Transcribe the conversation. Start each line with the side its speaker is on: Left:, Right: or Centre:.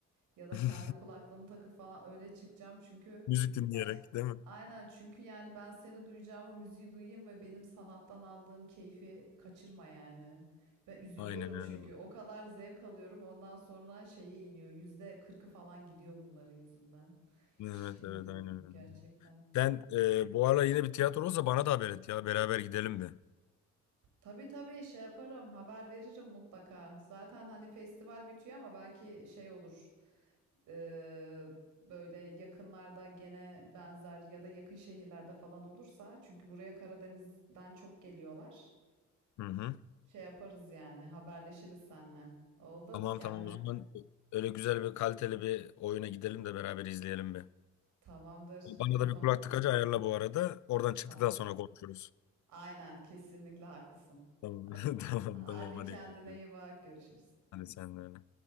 Right: ya da
Left: <laughs>
Right: kendi kulaklığımı takıp falan öyle çıkacağım çünkü
Left: Müzik dinleyerek
Right: gerçi
Left: değil mi?
Right: aynen çünkü yani ben seni duyacağıma müziği duyayım ve benim sanattan aldığım keyfi kaçırma yani. Ben üzülüyorum
Left: Aynen öyle.
Right: çünkü o kadar zevk alıyorum ondan sonra şeye iniyor yüzde kırkı falan gidiyor bunların yüzünden.
Left: Evet
Right: Çirkin
Left: evet
Right: bir durum
Left: aynen öyle.
Right: gerçekten.
Left: Sen e, bu ara yine bir tiyatro olsa bana da haber et ya. Beraber gidelim bir.
Right: Tabii tabii şey yaparım haber veririm mutlaka. Zaten hani festival bitiyor ama belki şey olur. e, böyle yakınlarda gene benzer ya da yakın şehirlerde falan olursa. Çünkü buraya Karadeniz'den çok geliyorlar.
Left: Hı hı.
Right: Şey yaparız yani haberleşiriz seninle. Oldu
Left: Tamam
Right: kendine.
Left: tamam o zaman öyle güzel bir kaliteli bir oyuna gidelim de beraber izleyelim bir.
Right: Tamamdır
Left: Bana
Right: o
Left: da
Right: zaman.
Left: bir kulak tıkacı ayarla bu arada. Oradan çıktıktan
Right: Tamam.
Left: sonra konuşuruz.
Right: Aynen kesinlikle haklısın.
Left: Tamam
Right: Hadi.
Left: <laughs> tamam
Right: Hadi
Left: tamam hadi
Right: kendine
Left: görüşürüz.
Right: iyi bak görüşürüz.
Left: Hadi sen de öyle.